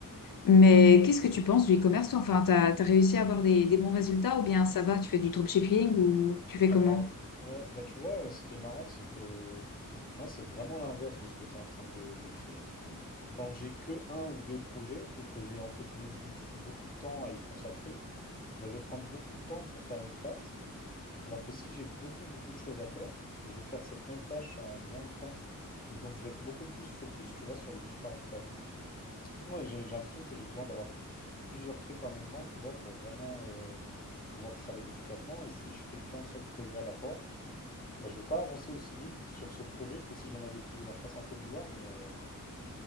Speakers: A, on the left (about 80°); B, on the left (about 25°).
A: Mais qu'est-ce que tu penses du e-commerce, toi? Enfin, t'as, t'as réussi à avoir des, des bons résultats ou bien ça va, tu fais du dropshipping ou tu fais
B: Alors,
A: comment?
B: euh, ouais, bah tu vois, euh, ce qui est marrant, c'est que moi, c'est vraiment l'inverse de ce que tu es en train de décrire. quand j'ai que un ou deux projets et que j'ai entre guillemets du, du coup beaucoup de temps à y consacrer, bah, je vais prendre beaucoup de temps pour faire une tâche, alors que si j'ai beaucoup beaucoup de choses à faire, je vais faire cette même tâche en moins de temps et donc je vais être beaucoup plus focus, tu vois, sur les différentes tâches. En fait, moi j'ai j'ai l'impression que j'ai besoin d'avoir plusieurs trucs en même temps, tu vois, pour vraiment euh, pouvoir travailler efficacement et si je fais qu'un seul projet à la fois, bah, je vais pas avancer aussi vite sur ce projet que si j'en avais plusieurs. Tu vois, c'est un peu bizarre, mais, euh,